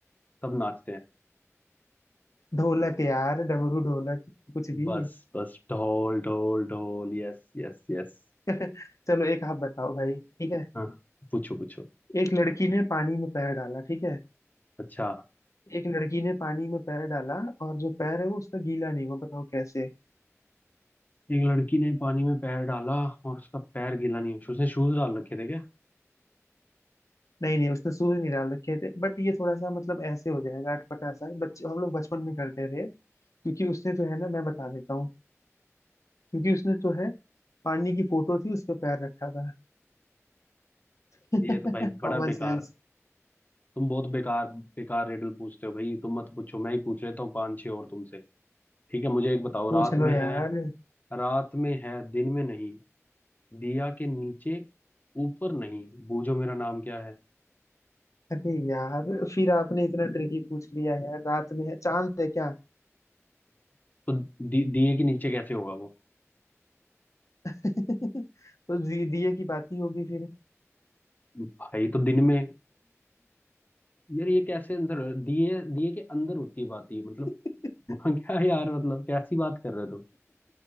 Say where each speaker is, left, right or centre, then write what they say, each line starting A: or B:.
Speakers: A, on the left; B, on the left.
A: सब नाचते हैं
B: ढोलक यार डमरू ढोलक कुछ भी
A: बस बस ढोल ढोल ढोल यस यस यस
B: <laughs> चलो एक आप बताओ भाई ठीक है
A: हाँ पूछो पूछो
B: एक लड़की ने पानी में पैर डाला ठीक है
A: अच्छा
B: एक लड़की ने पानी में पैर डाला और जो पैर है वो उसका गीला नहीं हुआ बताओ कैसे
A: एक लड़की ने पानी में पैर डाला और उसका पैर गीला नहीं हुआ उसने शूज डाल रखे थे क्या
B: नहीं नहीं उसने शूज नहीं डाल रखे थे बट ये थोड़ा सा मतलब ऐसे हो जाएगा अटपटा सा बच्चे हम लोग बचपन में करते थे क्योंकि उसने जो है ना मैं बता देता हूँ क्योंकि उसने जो है पानी की फोटो थी उस पर पैर रखा था <laughs>
A: ये तो भाई बड़ा
B: Common
A: बेकार
B: sense
A: तुम बहुत बेकार बेकार रिडल पूछते हो भाई तुम मत पूछो मैं ही पूछ लेता हूँ पांच छह और तुमसे ठीक है मुझे एक बताओ
B: पूछ
A: रात
B: लो
A: में
B: यार
A: है रात में है दिन में नहीं दिया के नीचे ऊपर नहीं बूझो मेरा नाम क्या है
B: अरे यार फिर आपने इतना ट्रिकी पूछ लिया यार रात में है चांद है क्या
A: तो दि, दिए के नीचे कैसे होगा वो
B: <laughs> तो जी- दिए की बात ही होगी फिर
A: भाई तो दिन में यार ये कैसे आंसर दिए दिए के अंदर होती है बात ये मतलब
B: <laughs>
A: <laughs> वहाँ क्या यार मतलब कैसी बात कर रहे हो तुम